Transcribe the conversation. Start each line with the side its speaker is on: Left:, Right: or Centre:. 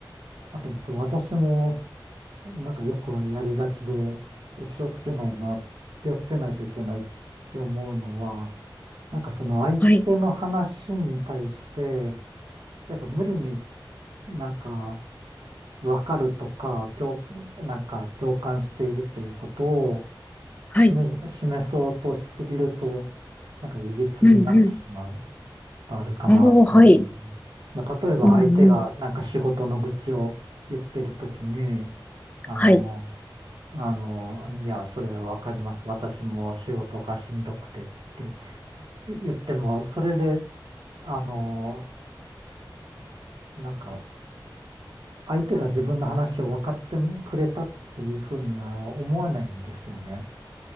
Right: あと、私も、なんかよくやりがちで、え気をつけないな、気をつけないといけないって思うのは、なんかその相手の話に対して、
Left: はい、
Right: やっぱ無理になんか分かるとか、共、なんか共感しているということを
Left: はい、
Right: 示、示そうとしすぎると、なんか歪になってしまう
Left: うん、
Right: とあるかなというね。
Left: うん、おお、はい、
Right: まあ、例えば相手がなんか仕事の愚痴を言ってるときに、
Left: うん、うん、
Right: あの、
Left: はい、
Right: あの、いや、それわかります。私も仕事がしんどくてって言っても、それで、あの、なんか、相手が自分の話を分かってくれたっていうふうには思わないんですよね。